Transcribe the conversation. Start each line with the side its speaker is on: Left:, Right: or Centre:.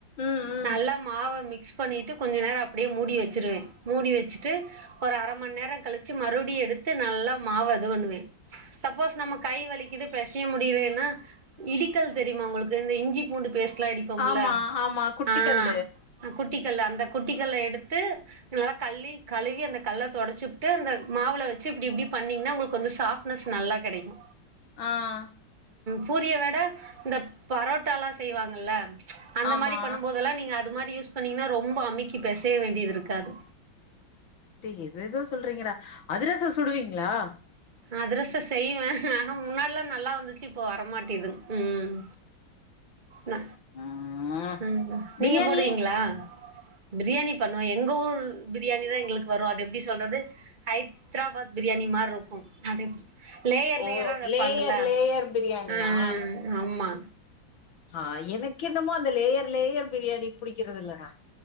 Left: ம் ம்
Right: நல்லா மாவ மிக்ஸ் பண்ணிட்டு கொஞ்ச நேரோ அப்டியே மூடி வச்சிருவே மூடி வெச்சுட்டு ஒரு அரமண் நேரோ கழுச்சு மறுபடியு எடுத்து நல்லா மாவ இது பண்ணுவே சப்போஸ் நம்ம கை வலிக்குது பெசிய முடிலேன்னா இடிக்கல் தெரிமா உங்களுக்கு இந்த இஞ்சி பூண்டு பேஸ்ட்லா இடிப்போம்ல
Left: ஆமா ஆமா குட்டிக்கல்
Right: ஆஹ் குட்டிக்கல்ல அந்த குட்டிக்கல்ல எடுத்து நல்லா கள்ளி கழுவி அந்த கல்ல தொடச்சுப்ட்டு அந்த மாவுல வச்சு இப்டி இப்டி பண்ணீங்ன்னா உங்களுக்கு வந்து சாஃப்ட்னஸ் நல்லா கெடைக்கு
Left: ஆஹ்
Right: பூரிய வெட இந்த பரோட்டா லா செய்வாங்கல்ல அந்த
Left: ஆமா
Right: மாரி பண்ணுபோதெல்லா நீங்க அது மாரி யூஸ் பண்ணீங்னா ரொம்ப அமுக்கி பெசைய வேண்டியது இருக்காது
Left: டே எதேதோ சொல்றீங்கடா அதிரசோ சுடுவீங்ளா
Right: அதிரசோ செய்வே ஆனா முன்னாடி லா நல்லா வந்துச்சு இப்போ வரமாட்டேது உம் நா
Left: ம்
Right: ம்ம் நீங்க
Left: பிரியாணி
Right: போடுவீங்ளா பிரியாணி பண்ணுவே எங்க ஊர் பிரியாணிதா எங்களுக்கு வரு அது எப்டி சொல்றது ஹைத்ராபாத் பிரியாணி மார்ருக்கு அது எப் லேயர்
Left: ஓ
Right: லேயரா வப்பாங்கல
Left: லேயர் லேயர் பிரியாணியா
Right: ம் ஆமா
Left: ஆஹ் எனக் கென்னமோ அந்த லேயர் லேயர் பிரியாணி புடிக்கிறது இல்லடா